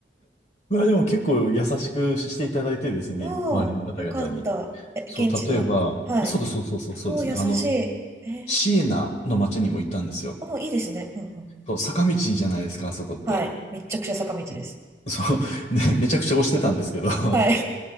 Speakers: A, on the left; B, on the right.
A: まあでも結構優しくしていただいてですね、
B: おお、
A: 周りの方々に。
B: よかった。え、
A: そう、
B: 現地の。
A: 例えば、
B: はい。
A: そうそうそうそう、そうですね。
B: おお、優しい。
A: あの、
B: え
A: シエナの街にも行ったんですよ。
B: ーお、いいですね。うんうん。
A: そう、坂道じゃないですか、あそこって。
B: はい。めっちゃくちゃ坂道です。
A: そう、ね、めちゃくちゃ押してたんですけど、<laughs> や
B: はい。